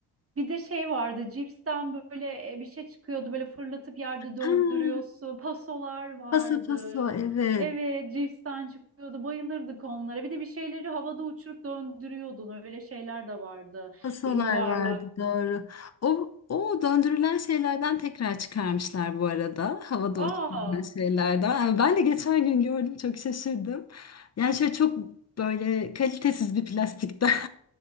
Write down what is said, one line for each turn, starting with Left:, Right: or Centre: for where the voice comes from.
Right: Bir de şey vardı cipsten böyle e, bir şey çıkıyordu böyle fırlatıp yerde döndürüyorsun.
Left: Ha,
Right: Pasolar vardı.
Left: paso paso evet
Right: Evet cipsten çıkıyordu bayılırdık onlara. Bir de bir şeyleri havada uçurup döndürüyordun öyle şeyler de vardı.
Left: Kasalar
Right: Böyle yuvarlak.
Left: vardı doğru. O, o döndürülen şeylerden tekrar çıkarmışlar bu arada. Havada
Right: Aa.
Left: uçurulan şeylerden. Yani ben de geçen gün gördüm çok şaşırdım. Yani şöyle çok böyle kalitesiz bir plastikten. <laughs>